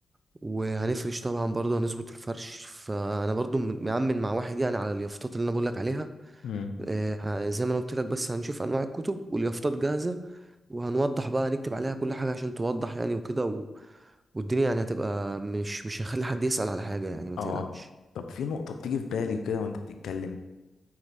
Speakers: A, on the right (about 40°); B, on the left (about 80°).
A: وهنفرش طبعا برضو هنظبط الفرش فانا برضو م- مأمن مع واحد يعني على اليافطات اللي انا بقول لك عليها
B: امم
A: آه، ه- زي ما انا قلت لك بس هنشوف انواع الكتب واليافطات جاهزة وهنوضح بقى هنكتب عليها كل حاجة عشان توضح يعني وكده و... والدنيا يعني هتبقى مش مش هنخلي حد يسأل على حاجة يعني ما
B: اه
A: تقلقش
B: طب في نقطة بتيجي في بالي كده وانت بتتكلم